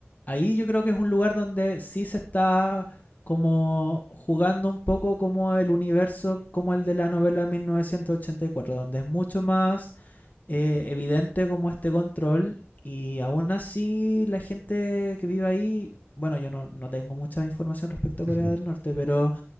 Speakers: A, on the left (about 40°); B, on the right (about 60°).
A: ahí yo creo que es un lugar donde sí se está como jugando un poco como el universo, como el de la novela de 1984, donde es mucho más eh,
B: Ujú.
A: evidente como este control y aún así la gente que vive ahí, bueno, yo no, no tengo mucha información respecto a Corea
B: <laughs> Ujú.
A: del Norte, pero